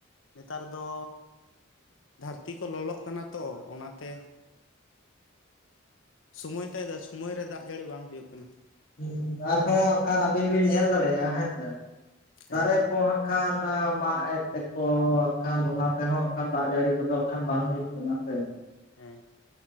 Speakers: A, on the left; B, on the left.
A: ᱱᱮᱛᱟᱨ ᱫᱚ ᱫᱟᱹᱨᱛᱤ ᱠᱚ ᱞᱚᱞᱚᱜ ᱠᱟᱱᱟ ᱛᱚ ᱚᱱᱟᱛᱮ ᱥᱚᱢᱚᱭ ᱛᱟᱭ ᱥᱚᱢᱚᱭ ᱨᱮ ᱫᱟᱜ ᱡᱟᱹᱲᱤ ᱵᱟᱝ ᱦᱩᱭᱩᱜ ᱠᱟᱱᱟ
B: ᱦᱮᱸ ᱟᱨᱦᱚᱸ ᱦᱟᱜ ᱠᱷᱟᱱ ᱟᱹᱵᱤᱱ ᱵᱤᱱ ᱧᱮᱞ ᱫᱟᱲᱮᱭᱟᱜᱼᱟ ᱦᱮᱸ ᱥᱮ
A: ᱦᱮᱸ
B: ᱫᱟᱨᱮ ᱠᱚ ᱦᱟᱸᱜ ᱠᱷᱟᱱ ᱠᱷᱟᱱ ᱢᱟᱜ ᱮᱫ ᱛᱮᱠᱚᱜ ᱠᱷᱟᱱ ᱚᱱᱟ ᱛᱮᱦᱚᱸ ᱠᱷᱟᱱ ᱫᱟᱜ ᱡᱟᱹᱲᱤ ᱠᱚᱫᱚ ᱠᱷᱟᱱ ᱵᱟᱝ ᱦᱩᱭᱩᱜ ᱠᱟᱱᱟ ᱥᱮ
A: ᱦᱮᱸ